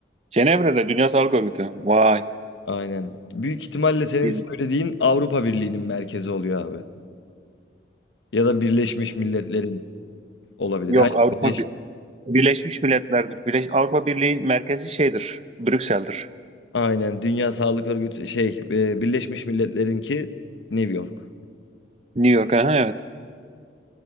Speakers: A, on the right; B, on the left.
A: Cenevre'de Dünya Sağlık Örgütü. Vay.
B: Aynen. Büyük ihtimalle senin
A: Bir-
B: söylediğin Avrupa Birliği'nin merkezi oluyor abi. Ya da Birleşmiş Milletler'in olabilir.
A: yok
B: Yani
A: Avrupa
B: Birleş
A: Bir- Birleşmiş Milletler'dir. Birleş Avrupa Birliği'nin merkezi şeydir. Brüksel'dir.
B: Aynen. Dünya Sağlık Örgütü şey e, Birleşmiş Milletler'inki New York.
A: New York. Aha, evet.